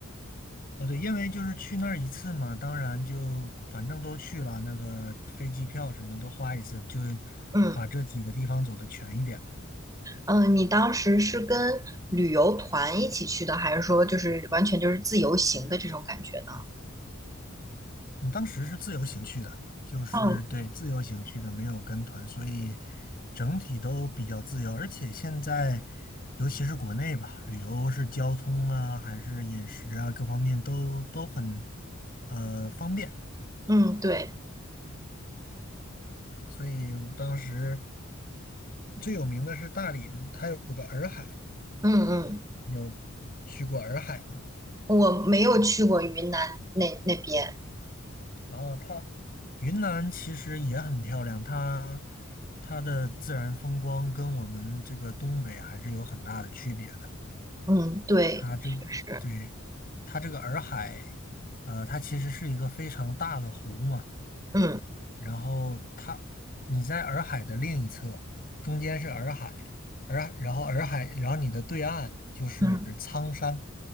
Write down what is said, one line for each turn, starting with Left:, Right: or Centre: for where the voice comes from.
Left: 哦，对，因为就是去那儿一次嘛，当然就反正都去了，那个飞机票什么都花一次，就
Right: 嗯
Left: 把这几个地方走的全一点。
Right: 嗯，呃你当时是跟旅游团一起去的，还是说就是完全就是自由行的这种感觉呢？
Left: 你当时是自由行去的，就是对自由行去的，
Right: 嗯
Left: 没有跟团，所以整体都比较自由。而且现在，尤其是国内吧，旅游是交通啊，还是饮食啊，各方面都都很呃方便。
Right: 嗯，对，
Left: 所以我当时最有名的是大理，它有个洱海，
Right: 嗯嗯。
Left: 你有去过洱海吗？
Right: 我没有去过云南那那边，
Left: 啊，它云南其实也很漂亮，它它的自然风光跟我们这个东北还是有很大的区别的。
Right: 嗯，对，
Left: 它这
Right: 确实，
Left: 对它这个洱海，呃，它其实是一个非常大的湖嘛。
Right: 嗯
Left: 然后它你在洱海的另一侧，中间是洱海，洱然后洱海，然后你的对岸就是苍山，
Right: 嗯